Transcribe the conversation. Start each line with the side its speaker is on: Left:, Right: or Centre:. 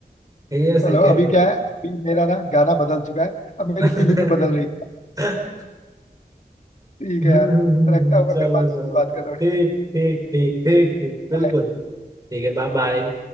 Right: है ये सही
Left: चलो अभी
Right: कह रहे हो
Left: क्या
Right: भाई
Left: है अभी मेरा ना गाना बदल चुका है अब मेरी
Right: <laughs>
Left: फीलिंग भी बदल रही है ठीक
Right: हम्म,
Left: है यार
Right: हम्म, हम्म,
Left: रखता
Right: हम्म,
Left: हूँ
Right: चलो
Left: मैं फिर बाद
Right: चलो
Left: में बात कर रहा हूँ
Right: ठीक
Left: ठीक है
Right: ठीक ठीक ठीक ठीक बिल्कुल
Left: Bye.
Right: ठीक है बाय बाय